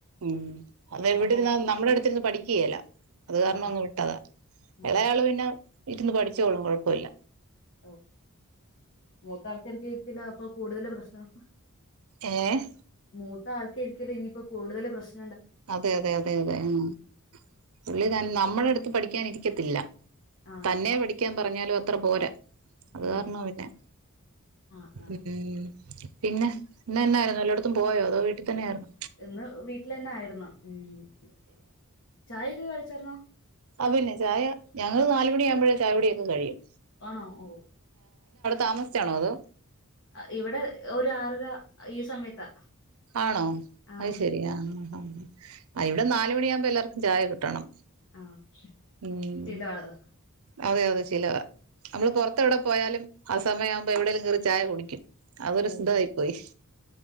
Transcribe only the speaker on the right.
ഉ അത എവിടെന്ന
നമ്മളു പഠിക്യേല അത് കാരണം
അങ്ങ് വിട്ടതാ
എളയാള് പിന്നെ ഇരുന്ന് പഠിച്ചോളും കൊഴപ്പില്ല
ഏഹ്
അതെ അതെ അതെ അതെ മ്മ്ഹ് പുള്ളി തൻ നമ്മുടെടു പഠിക്കാനിരിക്കത്തില്ല
തന്നെ പഠിക്കാൻ പറഞ്ഞാലു അത്ര പോരാ അത്
കാരണവാ പിന്നെ
മ്മ്ഹ് പിന്നെ ഇന്നെന്നായിരുന്നു വല്ലോട്ത്തും പോയോ അതോ വീട്ടി തന്നെയാർന്നോ
അഹ് പിന്നെ ചായ ഞങ്ങള് നാല് മണിയാവുമ്പോഴാ ചായ കുടിയെക്കെ കഴിയും
താമസ്ച്ചാണോ അതോ
ആണോ
അത് ശെരിയാഹ് ആ ഇവിടെ നാല് മണിയാമ്പം എല്ലാർക്കും ചായ കിട്ടണം.
ഉം അതെ അതെ ശീലവാ അമ്മള് പൊറത്തെവിടെ പോയാലും. ആ സമയമാകുമ്പംഎവിടെലും കേറി ചായ കുടിക്കും. അതൊരു
സ് തായിപോയി.